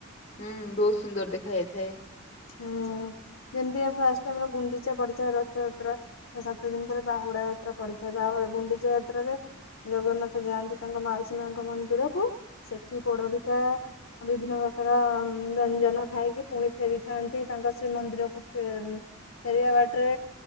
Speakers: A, on the left (about 40°); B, on the left (about 90°).
A: ହୁଁ ବହୁତ ସୁନ୍ଦର ଦେଖା ଯାଇଥାଏ।
B: ହୁଁ ଯେମିତି ଫାଷ୍ଟ ଆମର ଗୁଣ୍ଡିଚା ପଡିଥାଏ ରଥଯାତ୍ରା। ସାତ ଦିନ ପରେ ବାହୁଡା ଯାତ୍ରା ପଡିଥାଏ ବାହୁଡା ଗୁଣ୍ଡିଚା ଯାତ୍ରାରେ। ଜଗନ୍ନାଥ ଯାଆନ୍ତି ତାଙ୍କ ମାଉସୀ ମାଙ୍କ ମନ୍ଦିରକୁ ସେଠି ପୋଡ ପିଠା ବିଭିନ୍ନ ପ୍ରକାର ବ୍ୟଞ୍ଜନ ଖାଇକି ପୁଣି ଫେରିଥାନ୍ତି ତାଙ୍କ ଶ୍ରୀମନ୍ଦିରକୁ ଫେରିବା ବାଟରେ